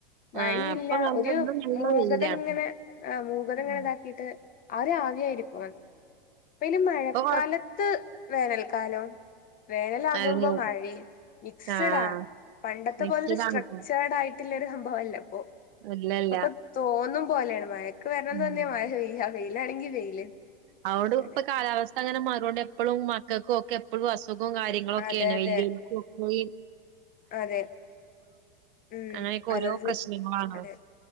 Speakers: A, on the left; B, on the right.
A: മഴയില്ല
B: ആഹ് ഇപ്പൊ നല്ല
A: ഒരു
B: ഇന്ന് നല്ല
A: മൂഗത
B: വെയിലാണ്.
A: ഇങ്ങനെ ആ മൂഗതെങ്ങനെ
B: ഉം
A: ഇതാക്കിട്ട് ആ ഒരു ആവിയായിരിക്കും അത് അപ്പ ഇല് മഴക്കാലത്ത്
B: ഇപ്പൊ കൊറ
A: വേനൽക്കാലം വേനലാകും
B: അതെ
A: ഇപ്പോ മഴേ മിക്സ്ഡാ
B: ആഹ്
A: പണ്ടത്തെ
B: മിക്സിയിലാണിപ്പോ
A: പോല സ്‌ട്രുക്ചർഡ് ആയി ട്ടൊരു സംഭവം അല്ല അപ്പൊ
B: ഇല്ലല്ല
A: ഇപ്പൊക്കൊ തോന്നും പോലേണ് മഴയത് ക്ക് വരണംന്ന്
B: ഉം
A: തന്നെ മഴ ആ വെയിലാണെങ്കി വെയിയില്
B: അതൊണ്ട്
A: അതെ
B: ഇപ്പൊ കാലാവസ്ഥ അങ്ങനെ മറൊണ്ട് എപ്പോഴും മക്കൾക്കും ഒക്കെ എപ്പോഴും അസു അസുഖം കാര്യങ്ങളും ഒക്കെയാണ്
A: അതെ അതെ
B: വല്ല്യോര്ക്കും <unintelligible>
A: അതെ ഉം
B: അങ്ങനെയൊക്കെ ഓരോ
A: അലർജി
B: പ്രശ്നങ്ങളാണ്.
A: അതെ